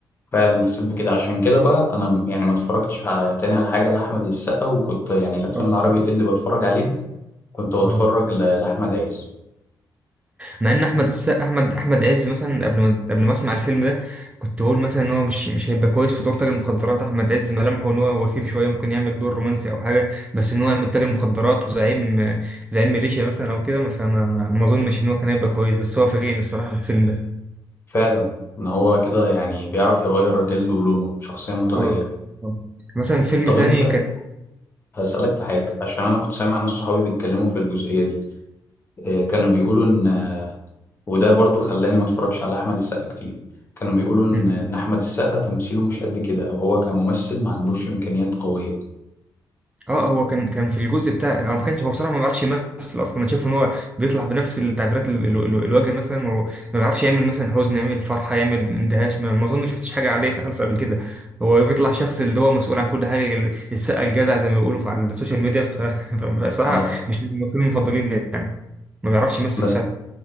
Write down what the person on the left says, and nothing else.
فعلا حسيت بكده عشان كده بقى انا يعني ما اتفرجتش ع- تاني على حاجه لاحمد السقا وكنت يعني الافلام
العربي إيه اللي بتفرج عليها كنت بتفرج
ل- لاحمد عز
فعلا ان هو كده يعني بيعرف يغير جلده ولونه شخصيه متغيره
طب
انت
هسألك في حاجة عشان أنا كنت سامع ناس صحابي بيتكلموا في الجزئية دي إيه، كانوا بيقولوا إن وده برضو خلاني ما اتفرجش على أحمد السقا كتير كانوا بيقولوا إن
إن أحمد السقا تمثيله مش قد كده أو هو كممثل ما عندوش إمكانيات قوية
اه
بس